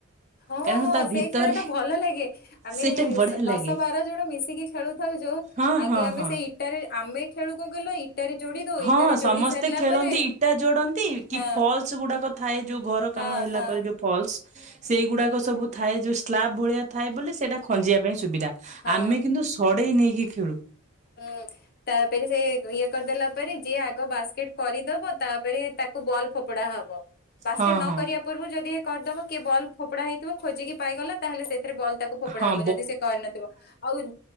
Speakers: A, on the left (about 45°); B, on the right (about 30°).
A: ହଁ
B: କାରଣ
A: ହଁ
B: ତା ଭିତରେ
A: ସେଇ ଖେଳ ଟା ଭଲ ଲାଗେ ଆମେ
B: ସେଇଟା ବଢିଆ
A: ଦଶ
B: ଲାଗେ।
A: ବାର ଜଣ ମିଶିକି ଖେଳୁଥାଉ ଯୋଉ
B: ହଁ
A: ଆଗେ
B: ହଁ
A: ଆମେ
B: ହଁ।
A: ସେଇ ଇଟାରେ ଆମେ ଖେଳୁ କ'ଣ ଗଲ ଇଟାରେ ଯୋଡି ଦଉ
B: ହଁ
A: ଇଟାରେ
B: ସମସ୍ତେ
A: ଯୋଡି ସାରିଲା
B: ଖେଳନ୍ତି
A: ପରେ
B: ଇଟା ଯୋଡନ୍ତି କି
A: ହଁ
B: ଫଲସ ଗୁଡାକ ଥାଏ ଯୋଉ ଘର
A: ହଁ
B: କାମ ହେଲା
A: ହଁ
B: ପରେ ଯୋଉ ଫଲ୍ସ ସେଇଗୁଡାକ ସବୁ ଥାଏ ଯୋଉ ସ୍ଲାବ ଭଳିଆ ଥାଏ ବୋଲି ସେଇଟା ଖଞ୍ଜିବା ପାଇଁ ସୁବିଧା
A: ହଁ
B: ଆମେ କିନ୍ତୁ ସଡେଇ ନେଇକି ଖେଳୁ।
A: ହୁଁ ତାପରେ ସେ ଇଏ କରିଦେଲା ପରେ ଯିଏ ଆଗ ବାସ୍କେଟ କରିଦବ ତାପରେ ତାକୁ ବଲ୍ ଫୋପଡା ହବ। ବାସ୍କେଟ
B: ହଁ
A: ନ
B: ହଁ
A: କରିବା ପୂର୍ବରୁ ଯଦି ଏ କରିଦବ କିଏ ବଲ୍ ଫୋପଡା ହେଇଥିବ ଖୋଜିକି ପାଇଗଲା। ତାହେଲେ ସେଇଥିରେ ବଲ୍ ତାକୁ ଫୋପଡା
B: ହଁ
A: ହବ ଯଦି ସେ କରିନଥିବ ଆଉ